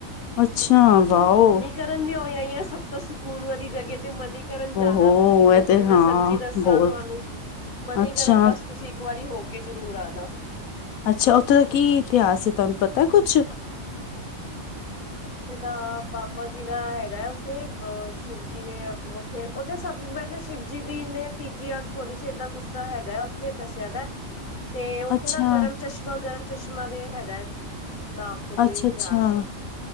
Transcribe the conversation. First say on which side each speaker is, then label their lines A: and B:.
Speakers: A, on the left; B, on the left.
A: ਅੱਛਾ! ਵਾਓ
B: ਕਰਨ ਵੀ ਹੋ ਆਈ ਆਂ ਸਭ ਤੋਂ ਸਕੂਨ ਵਾਲੀ ਜਗ੍ਹਾ ਤੇ ਮਨੀ ਕਰ ਕਰਨ ਜਾਣਾ
A: ਹੋ
B: ਤੁਸੀਂ ਕਦੀ,
A: ਇਹ ਤੇ
B: ਮੈਂ
A: ਹਾਂ
B: ਸੱਚੀ ਦੱਸਾਂ
A: ਬਹੁਤ
B: ਤੁਹਾਨੂੰ ਮਨੀਕਰਨ
A: ਅੱਛਾ
B: ਬਸ ਤੁਸੀਂ ਇੱਕ ਵਾਰੀ ਹੋ ਕੇ ਜ਼ਰੂਰ ਆਣਾ
A: ਅੱਛਾ ਉੱਥੇ ਦਾ ਕੀ ਇਤਿਹਾਸ ਹੈ ਤੁਹਾਨੂੰ ਪਤਾ ਐ ਕੁਛ
B: ਉੱਥੇ ਦਾ ਬਾਬਾ ਜੀ ਦਾ ਹੈਗਾ ਉੱਥੇ ਅ ਸ਼ਿਵ ਜੀ ਨੇ ਆ ਕੇ ਉੱਥੇ ਤੇ ਉੱਥੇ ਸਭ ਵੈਸੇ ਸ਼ਿਵ ਜੀ ਦੀ ਨੇ ਤੀਜੀ ਅੱਖ ਖੋਲੀ ਸੀ, ਏਦਾਂ ਕੁੱਛ ਦਾ ਹੈਗਾ ਉੱਥੇ ਦੱਸਿਆ ਗਾ ਤੇ ਉੱਥੇ
A: ਅੱਛਾ
B: ਨਾ ਗਰਮ ਚਸ਼ਮਾ, ਗਰਮ ਚਸ਼ਮਾ ਦੇ ਹੈਗਾ ਨਾਮ ਤੋਂ ਕੋਈ
A: ਅੱਛਾ-
B: ਇਤਿਹਾਸ।
A: ਅੱਛਾ